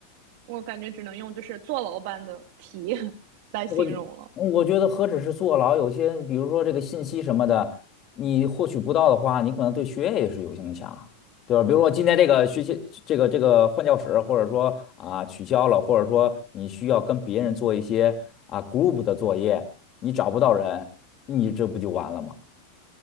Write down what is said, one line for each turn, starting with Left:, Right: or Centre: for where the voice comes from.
Right: 我感觉只能用就是坐牢般的体验 <laughs> 来形容了。
Left: 我觉嗯我觉得何止是坐牢，有些比如说这个信息什么的，你获取不到的话，你可能对学业也是有影响啊对吧？比如说今天这个学习这个这个换教室，或者说啊取消了，或者说你需要跟别人做一些啊 group 的作业，你找不到人，你这不就完了吗？